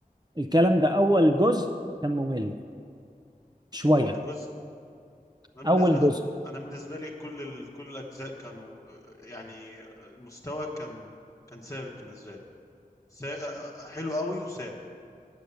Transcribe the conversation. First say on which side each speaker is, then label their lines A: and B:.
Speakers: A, on the right (about 25°); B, on the left (about 20°).
A: الكلام ده اول جزء كان ممل شوية
B: هو الجزء انا بالنسبة
A: اول جزء
B: انا بالنسبة لي كل ال... كل الاجزاء كانوا آه، يعني آه، المستوى كان كان ثابت بالنسبة لي سا... آه، آه، حلو قوي وثابت